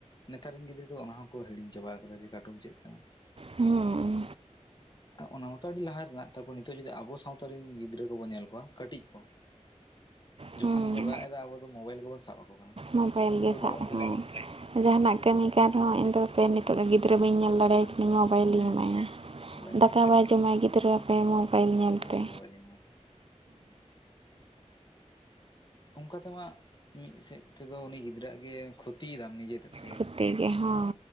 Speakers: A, on the left (about 35°); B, on the right (about 50°).
A: ᱱᱮᱛᱟᱨ ᱨᱮᱱ ᱜᱤᱫᱽᱨᱟᱹ ᱠᱚᱫᱚ ᱚᱱᱟ ᱦᱚᱸᱠᱚ ᱦᱤᱲᱤᱧ ᱪᱟᱵᱟ ᱠᱟᱫᱟ ᱡᱮ ᱠᱟᱨᱴᱩᱱ ᱪᱮᱫ ᱠᱟᱱᱟ ᱾
B: ᱦᱩᱸ
A: ᱚᱱᱟ ᱢᱚᱛᱚ ᱟᱹᱰᱤ ᱞᱟᱦᱟ ᱢᱮᱱᱟᱜ ᱛᱟᱯᱚᱨ ᱱᱤᱛᱚᱜ ᱡᱫᱤ ᱟᱵᱚ ᱥᱟᱶᱛᱟ ᱨᱮᱱ ᱜᱤᱫᱽᱨᱟᱹ ᱠᱚᱵᱚᱱ ᱧᱮᱞ ᱠᱚᱣᱟ ᱠᱟᱹᱴᱤᱡ ᱠᱚ
B: <inaudible>
A: ᱡᱚᱠᱷᱚᱱ
B: ᱦᱮᱸ
A: ᱠᱚ ᱨᱟᱜ ᱮᱫᱟ ᱟᱵᱚ ᱫᱚ ᱢᱳᱵᱟᱭᱤᱞ ᱜᱮᱵᱚᱱ ᱥᱟᱵ ᱟᱠᱚ ᱠᱟᱱᱟ
B: ᱢᱳᱵᱟᱭᱤᱞ
A: ᱩᱱᱠᱩ
B: ᱜᱮ
A: ᱫᱚ
B: ᱥᱟᱵ
A: ᱵᱟᱵᱚᱱ ᱵᱷᱩᱞᱟᱹᱣᱮᱫ
B: ᱦᱮᱸ
A: ᱠᱚᱣᱟ
B: ᱡᱟᱦᱟᱱᱟᱜ ᱠᱟᱹᱢᱤ ᱠᱟᱱ ᱨᱮᱦᱚᱸ ᱤᱧᱫᱚᱯᱮ ᱱᱤᱛᱚᱜ ᱜᱤᱫᱽᱨᱟᱹ ᱵᱟᱹᱧ ᱧᱮᱞ ᱫᱟᱲᱮᱭᱟ ᱾ ᱩᱱᱤ ᱢᱳᱵᱟᱭᱤᱞᱤᱧ
A: ᱦᱮᱸ
B: ᱮᱢᱟᱭᱟ
A: ᱢᱳᱵᱟᱭᱤᱞᱤᱧ
B: ᱫᱟᱠᱟ
A: ᱮᱢᱟ ᱢᱮᱭᱟ
B: ᱵᱟᱭ ᱡᱚᱢᱟᱭ ᱜᱤᱫᱨᱟᱹ ᱜᱤᱫᱽᱨᱟᱹ ᱢᱳᱵᱟᱭᱤᱞ ᱧᱮᱞᱛᱮ
A: ᱦᱚᱸ ᱢᱳᱵᱟᱭᱤᱞᱤᱧ ᱮᱢᱟ ᱢᱮᱭᱟ ᱚᱱᱠᱟ ᱛᱮᱢᱟ ᱢᱤᱫ ᱥᱮᱫ ᱛᱮᱫᱚ ᱩᱱᱤ ᱜᱤᱫᱽᱨᱟᱹ ᱜᱮ ᱠᱷᱚᱛᱤᱭᱮᱫᱟᱢ ᱱᱤᱡᱮ ᱛᱮᱫᱚ
B: ᱠᱚᱛᱮ ᱜᱮ ᱦᱚᱸ